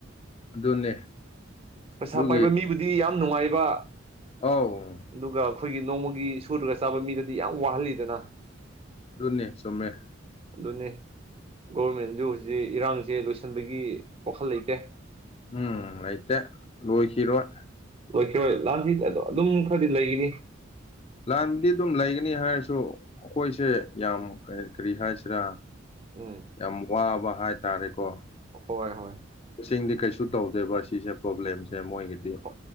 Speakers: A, on the left (about 30°); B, on the right (about 30°).
A: ꯑꯗꯨꯅꯦ
B: ꯄꯩꯁꯥ
A: ꯑꯗꯨꯒꯤ
B: ꯄꯥꯏꯕ ꯃꯤꯕꯨꯗꯤ ꯌꯥꯝ ꯅꯨꯡꯉꯥꯏꯕ
A: ꯑꯥꯎ
B: ꯑꯗꯨꯒ ꯑꯩꯈꯣꯏꯒꯤ ꯅꯣꯡꯃꯒꯤ ꯁꯨꯔꯒ ꯆꯥꯕ ꯃꯤꯗꯗꯤ ꯌꯥꯝ ꯋꯥꯍꯜꯂꯤꯗꯅ
A: ꯑꯗꯨꯅꯤ ꯆꯝꯃꯃꯦ
B: ꯑꯗꯨꯅꯤ ꯒꯣꯔꯃꯦꯟꯁꯨ ꯍꯧꯖꯤꯛ ꯏꯔꯥꯡꯁꯦ ꯂꯣꯏꯁꯤꯟꯕꯒꯤ ꯋꯥꯈꯜ ꯂꯩꯇꯦ
A: ꯎꯝ ꯂꯩꯇꯦ ꯂꯣꯏꯈꯤꯔꯣꯏ
B: ꯂꯣꯏꯈꯤꯔꯣꯏ ꯂꯥꯟꯁꯤ ꯑꯗꯣ ꯑꯗꯨꯝ ꯈꯔꯗꯤ ꯂꯩꯈꯤꯅꯤ
A: ꯂꯥꯟꯕꯗꯤ ꯑꯗꯨꯝ ꯂꯩꯒꯅꯤ ꯍꯥꯏꯔꯁꯨ ꯑꯩꯈꯣꯏꯁꯦ ꯌꯥꯝ ꯀ ꯀꯔꯤ ꯍꯥꯏꯁꯤꯔꯥ
B: ꯎꯝ
A: ꯌꯥꯝ ꯋꯥꯕ ꯍꯥꯏꯇꯥꯔꯦꯀꯣ
B: ꯍꯣꯏ ꯍꯣꯏ
A: ꯁꯤꯡꯗꯤ ꯀꯩꯁꯨ ꯇꯧꯗꯦꯕ ꯁꯤꯁꯦ ꯄ꯭ꯔꯣꯕ꯭ꯂꯦꯝꯁꯦ ꯃꯣꯏꯒꯤꯗꯤ
B: ꯍꯣ